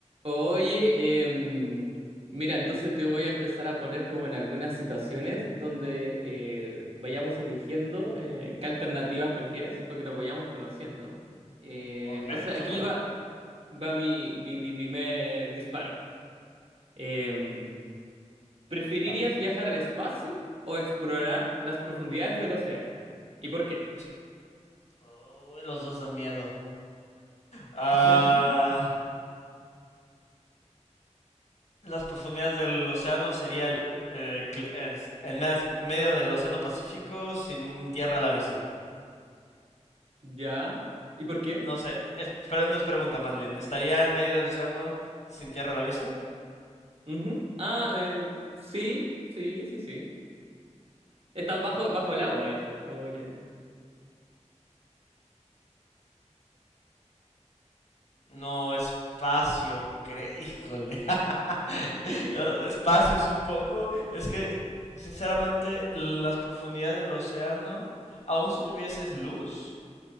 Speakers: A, on the right; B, on the left.
A: Oye, em, mira, entonces te voy a empezar a poner como en algunas situaciones donde eh, vayamos eligiendo eh, qué alternativa prefieres, porque nos vayamos conociendo. Eh,
B: Ok,
A: entonces
B: súper.
A: aquí va, va mi, mi, mi primer disparo. Em, ¿preferirías
B: Dale.
A: viajar al espacio o explorar las profundidades del océano? ¿Y por qué?
B: Es- Uy, los dos dan miedo. Ah,
A: <laughs>
B: las profundidades del océano sería el, eh, cl- es- el mes- medio del océano Pacífico sin tierra a la vista.
A: ¿Ya? ¿Y por qué?
B: No sé, es, pero no es pregunta más bien. ¿Estaría en medio del océano sin tierra a la vista?
A: Ujú. Ah, eh, sí, sí, sí, sí. Está bajo, bajo el agua, de hecho. Como que.
B: No, espacio, cre... Híjole. <laughs> No, Espacio, supongo. Es que, sinceramente, las profundidades del océano, aun si tuvieses luz...